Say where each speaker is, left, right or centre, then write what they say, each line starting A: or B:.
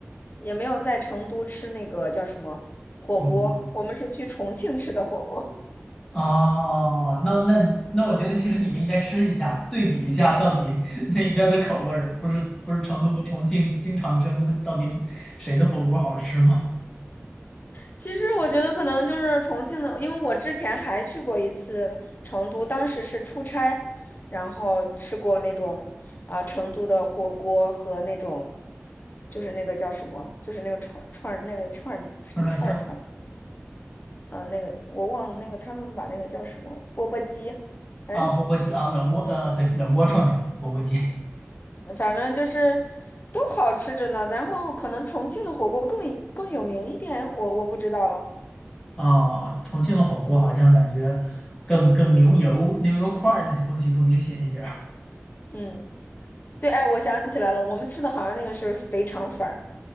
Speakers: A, on the left; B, on the left.
A: 也没有在成都吃那个叫什么火锅，
B: 我我
A: 我们是去重庆吃的火锅。
B: 哦，那那那，我觉得其实你们应该吃一下，对比一下到底 <laughs> 哪边儿的口味儿，不是不是成都和重庆经常争，这到底谁的火锅好吃吗？
A: 其实我觉得可能就是重庆的，因为我之前还去过一次成都，当时是出差，然后吃过那种啊、成都的火锅和那种就是那个叫什么，就是那个串串那个串一串儿一串儿，
B: 串串香
A: 嗯、那个我忘了那个他们把那个叫什么钵钵鸡，哎，
B: 啊，钵钵鸡啊，冷锅呃，对，冷锅串串，钵钵鸡
A: 反正就是都好吃着呢。然后可能重庆的火锅更更有名一点，我我不知道了。
B: 啊，重庆的火锅好像感觉更更牛油牛油块儿那些东西更明显一点儿
A: 嗯，对，哎，我想起来了，我们吃的好像那个是肥肠粉儿。